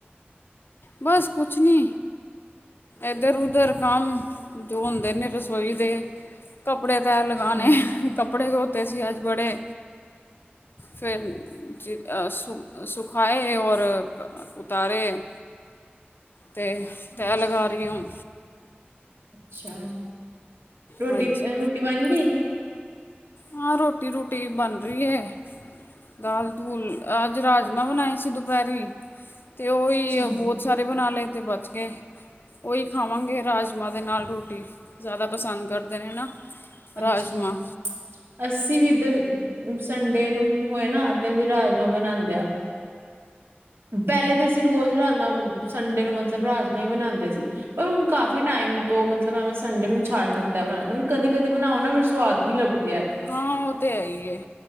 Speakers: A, on the left; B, on the right.
A: ਬਸ ਕੁਛ ਨੀ ਇਧਰ ਉਧਰ ਕੰਮ ਜੋ ਹੁੰਦੇ ਨੇ ਰਸੋਈ ਦੇ ਕੱਪੜੇ ਤੈਅ
B: ਅੱਛਾ।
A: ਲਗਾਣੇ ਕਪੜੇ ਕੁੱਤੇ ਸੀ ਅੱਜ ਬੜੇ ਫਿਰ ਸੁ ਸੁਖਾਏ ਔਰ ਉਤਾਰੇੇ ਤੇ ਤੈਅ
B: ਅੱਛਾ।
A: ਲਗਾ ਰਹੀ ਹੁਣ
B: ਅੱਛਾ ਰੋਟੀ
A: ਹਾਂਜੀ
B: -ਰੋਟੀ ਬਣ ਗਈ।
A: ਹਾਂ ਰੋਟੀ ਰੂਟੀ ਬਣ ਰਹੀ ਹੈ ਦਾਲ ਦੂਲ ਅੱਜ ਰਾਜਮਾਂ ਬਣਾਏ ਸੀ ਦੁਪਹਿਰੀ ਤੇ ਉਹੀ
B: ਅੱਛਾ।
A: ਬਹੁਤ ਸਾਰੇ ਬਣਾ ਲਏ ਤੇ ਬਚ ਗਏ। ਉਹੀ ਖਾਵਾਂਗੇ ਰਾਜਮਾਂ ਦੇ ਨਾਲ ਰੋਟੀ ਜ਼ਿਆਦਾ ਪਸੰਦ ਕਰਦੇ ਨੇ ਨਾ। ਰਾਜਮਾ,
B: ਅੱਛਾ <unintelligible> ਅਸੀਂ ਵੀ ਇੱਧਰ ਸੰਡੇ ਨੂੰ ਹੋਏ ਨਾ ਤੇ ਅਸੀਂ ਰਾਜਮਾਂ ਬਣਾਂਦੇ ਆ। ਪਹਿਲੇ ਤਾਂ ਅਸੀਂ ਰੋਜ਼ ਰਾਜਮਾਂ ਸੰਡੇ ਨੂੰ ਮਤਲਬ ਰਾਜਮਾ ਹੀ ਬਣਾਂਦੇ ਸੀ ਪਰ ਹੁਣ ਕਾਫੀ ਟਾਈਮ ਤੋਂ ਮਤਲਬ ਐਵੇਂ ਸੰਡੇ ਨੂੰ ਛੱਡ ਦਿੱਤਾ ਬਣਾਣਾ ਕਦੀ ਕਦੀ ਬਣਾਓ ਨਾ ਫਿਰ ਸਵਾਦ ਵੀ ਲੱਗ
A: ਹਾਂ ਉਹ ਤਾਂ ਹੈ ਹੀ ਹੈ